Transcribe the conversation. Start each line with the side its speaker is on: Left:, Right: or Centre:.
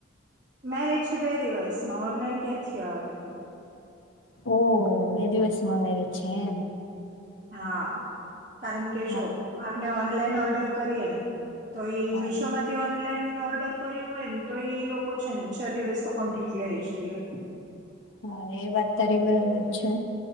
Right: મેરેજ છે. બે દિવસમાં ઓનલાઈન ક્યાથી આવે.
Left: ઓહ, બે દિવસમાં મેરેજ છે. એમ,
Right: હા, કારણ કે
Left: હા
Right: જો આપને ઓનલાઈન, એને ઓર્ડર કરયેને તો એ
Left: હા
Right: મીશોમાંથી ઓનલાઈન એને ઓર્ડર કર્યું હોય, ને તો ઈ લોકો છે, ને છ દિવસ તો કમ્પ્લીટ લય જ લીયે.
Left: હા, એ વાત તારી બરાબર જ છે.